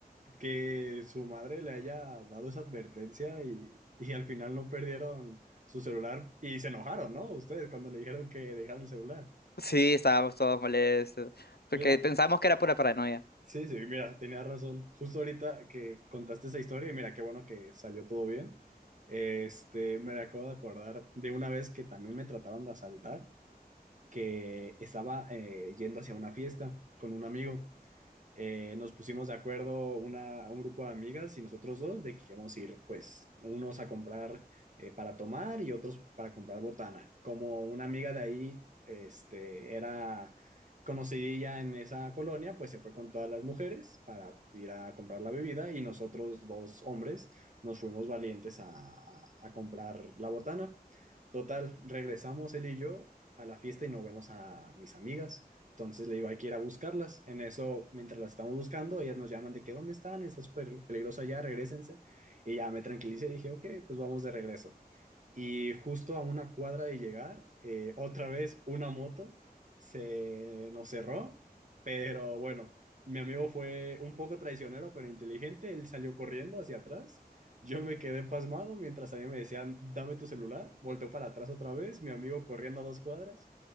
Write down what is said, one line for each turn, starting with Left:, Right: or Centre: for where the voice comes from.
Right: que su madre le haya dado esa advertencia y, y al final no perdieron su celular y se enojaron, ¿no? Ustedes cuando le dijeron que dejaron el celular.
Left: Sí, estábamos todos molestos porque
Right: Mira,
Left: pensábamos que era pura paranoia.
Right: sí, sí, mira, tenía razón. Justo ahorita que contaste esa historia y mira, qué bueno que salió todo bien. Este, me acabo de acordar de una vez que también me trataron de asaltar, que estaba eh, yendo hacia una fiesta con un amigo eh, nos pusimos de acuerdo una, un grupo de amigas y nosotros dos de que íbamos a ir, pues, unos a comprar eh, para tomar y otros para comprar botana. Como una amiga de ahí, este, era conocidilla en esa colonia, pues se fue con todas las mujeres para ir a comprar la bebida y nosotros dos hombres nos fuimos valientes a, a a comprar la botana. Total, regresamos él y yo a la fiesta y nos vemos a mis amigas. Entonces le digo, hay que ir a buscarlas. En eso, mientras las estamos buscando, ellas nos llaman de que dónde están, está súper peligrosa ya, regresense. Y ya me tranquilicé y dije, ok, pues vamos de regreso. Y justo a una cuadra de llegar, eh, otra vez una moto se nos cerró, pero bueno, mi amigo fue un poco traicionero, pero inteligente, él salió corriendo hacia atrás, yo me quedé pasmado mientras a mí me decían, dame tu celular, volteó para atrás otra vez, mi amigo corriendo a dos cuadras,